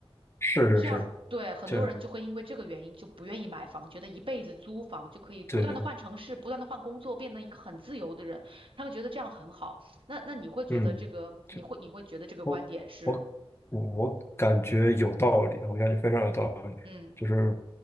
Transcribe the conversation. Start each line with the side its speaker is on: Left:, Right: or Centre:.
Left: 是是是，
Right: 这样对很多人就会因为这个原因就不愿意买房，
Left: 就是
Right: 觉得一辈子租房就可以不断的换城市，
Left: 对，
Right: 不断的换工作，变成一个很自由的人。他们觉得这样很好。那那你会觉得这个，
Left: 嗯，就
Right: 你会你会觉得这个观点是，
Left: 我我我感觉有道理，我感觉非常有道理，
Right: 嗯
Left: 就是